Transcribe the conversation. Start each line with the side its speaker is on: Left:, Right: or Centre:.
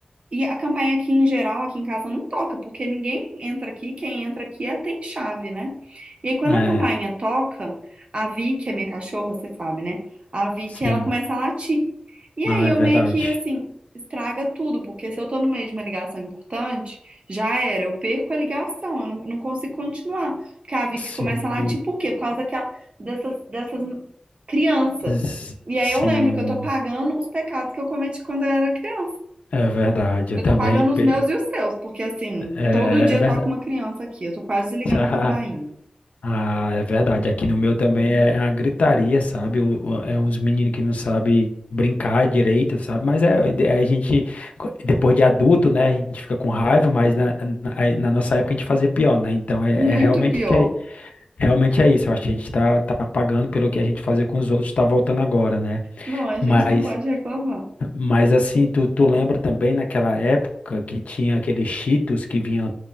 Right: E a campanha aqui em geral, aqui em casa, não toca, porque ninguém entra aqui, quem entra aqui é, tem chave, né? E aí quando
Left: É.
Right: a campainha toca, a Vicky, a minha cachorra, você sabe, né? A Vicky,
Left: Sim.
Right: ela começa a latir. E aí
Left: Ah,
Right: eu
Left: é verdade.
Right: meio que, assim, estraga tudo, porque se eu tô no meio de uma ligação importante, já era, eu perco a ligação, eu não, não consigo continuar. Porque a Vicky
Left: Sim,
Right: começa a latir, por quê? Por causa daquela, dessas, dessas crianças.
Left: s-
Right: E aí
Left: sim,
Right: eu lembro que eu tô pagando os pecados que eu cometi quando eu era criança.
Left: é verdade. Eu
Right: Eu
Left: também
Right: tô pagando
Left: pe-
Right: os meus e os seus, porque assim,
Left: é,
Right: todo dia
Left: é verdade.
Right: toca uma criança aqui. Eu tô quase ligando
Left: <laughs>
Right: a campainha.
Left: Ah, é verdade. Aqui no meu também é a gritaria, sabe? O- o- É uns meninos que não sabem brincar direito, sabe? Mas é, é é, a gente, co- depois de adulto, né? A gente fica com raiva, mas na, na, aí na nossa época a gente fazia pior, né? Então é,
Right: Muito
Left: é realmente
Right: pior.
Left: é, realmente é isso. Eu acho que a gente tá, tá pagando pelo que a gente fazia com os outros, tá voltando agora, né?
Right: Não, a
Left: Mas
Right: gente não pode reclamar.
Left: Mas assim, tu, tu lembra também naquela época que tinha aqueles Cheetos que vinha